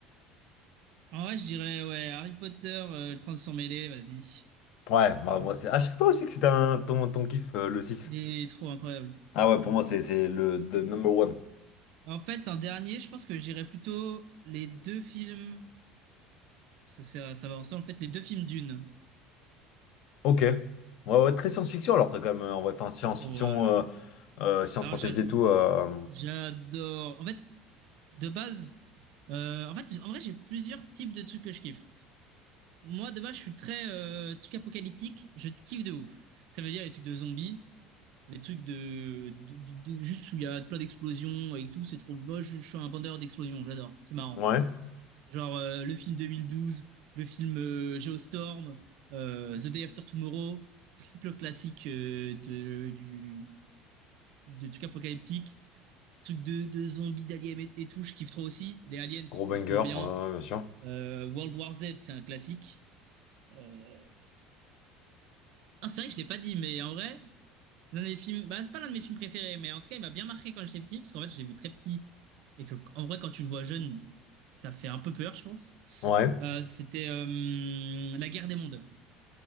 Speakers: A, on the right (about 65°); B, on the left (about 60°).
A: En vrai, je dirais, ouais, Harry Potter, euh, le prince sans mêlé, vas-y.
B: Ouais, moi, moi c'est. Ah, je sais pas aussi que c'était un... ton, ton kiff, euh, le six
A: Il est trop incroyable.
B: Ah ouais, pour moi, c'est c'est le the number one.
A: En fait, un dernier, je pense que je dirais plutôt les deux films, parce que ça, ça va ensemble, en fait, les deux films Dune.
B: Ok. Ouais, ouais, très science-fiction alors, t'as quand même. euh, en vrai, Enfin, science-fiction,
A: Oh, euh,
B: euh, euh, science
A: alors,
B: fantasy
A: j'ad-
B: et tout. euh,
A: j'adore. En fait, de base, euh, en fait, en vrai, j'ai plusieurs types de trucs que je kiffe. Moi, de base, je suis très euh, truc apocalyptique. Je kiffe de ouf. Ça veut dire les trucs de zombies, les trucs de, de- de- de- juste où il y a plein d'explosions et tout. C'est trop beau. Je, je suis un bandeur d'explosions. J'adore. C'est marrant.
B: Ouais.
A: Genre euh, le film 2012, le film euh, Geostorm, euh, The Day After Tomorrow, triple classique euh, de, du, de trucs apocalyptiques, trucs de, de zombies, d'aliens et, et tout, je kiffe trop aussi. Les aliens,
B: Gros
A: trop
B: banger,
A: trop bien.
B: ouais, ouais, bien sûr.
A: Euh, World War Z, c'est un classique. Euh, Ah, c'est vrai que je l'ai pas dit, mais en vrai, l'un des films, bah, c'est pas l'un de mes films préférés, mais en tout cas, il m'a bien marqué quand j'étais petit, parce qu'en fait, je l'ai vu très petit, et que, en vrai, quand tu le vois jeune, ça fait un peu peur, je pense.
B: Ouais.
A: Euh, c'était euh, La Guerre des Mondes.